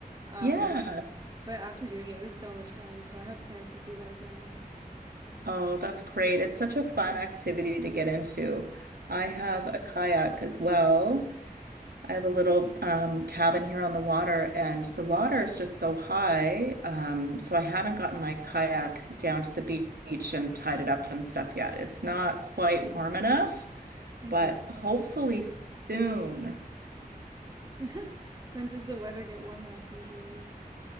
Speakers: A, on the right (about 25°); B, on the right (about 75°).
A: Um,
B: Yeah.
A: but after doing it, it was so much fun. So I have plans to do that again.
B: Oh, that's great. It's such a fun activity to get into. I have a kayak as well. I have a little um, cabin here on the water, and the water is just so high. Um, so I haven't gotten my kayak down to the beach and tied it up and stuff yet. It's not quite warm enough,
A: hmm
B: but hopefully soon.
A: <laughs> When does the weather get warm enough usually?